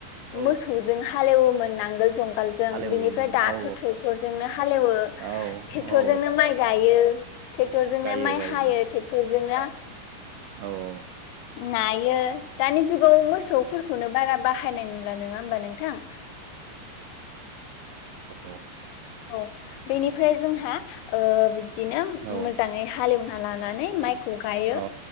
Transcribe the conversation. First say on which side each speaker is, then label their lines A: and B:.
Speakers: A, on the right; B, on the left.
A: औ
B: मोसौजों हालेवोमोन नांगोल जं गालजों
A: हालेवोमोन
B: बिनिफ्राय दाथ'
A: औ
B: ट्रेक्टर जोंनो हालेवो
A: औ
B: ट्रेक्टर
A: औ
B: जोंनो माइ गायो । यो ट्रेक्टरजों
A: गायो
B: नो माइ
A: गायो
B: हायो
A: नोंथां
B: ट्रेक्टरजों नो
A: औ औ ।
B: नायो दानि जुगाव मोसौ फोरखौनो बारा बाहायनाय नुला नङा होमबा नोंथां?
A: औ
B: औ बेनिफ्राय जोंहा ओ बिब्दिनो
A: औ
B: मोजाङै हालेवना लानानै माइखौ गायो
A: औ